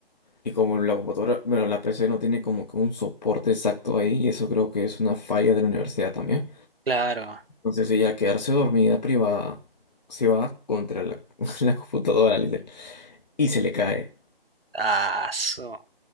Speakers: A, on the left; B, on the right.
A: y como la computadora, bueno, la PC no tiene como que un soporte exacto ahí y eso creo que es una falla de la universidad también,
B: Claro.
A: entonces ella al quedarse dormida privada se va contra la, <laughs> la computadora literal, y se le cae.
B: Ah, so-